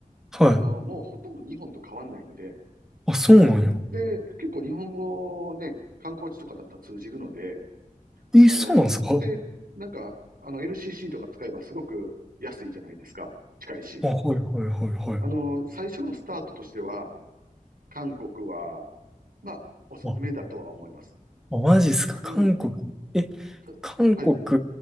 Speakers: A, in the centre; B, on the right (about 80°).
A: はい。
B: あの、もうほとんど日本と変わんないので、
A: あ、そうなんや。
B: で、結構日本語ね、観光地とかだったら通じるので、
A: え、
B: あの、
A: そうなんですかあ、
B: で、なんか、あの LCC とか使えばすごく安いじゃないですか。近いし。
A: はいはいはいはい。
B: あの、最初のスタートとしては、韓国は、まあ、おすすめだとは思います。
A: ああ、マジっすか、
B: うん。
A: 韓国。え、
B: たはい。
A: 韓国、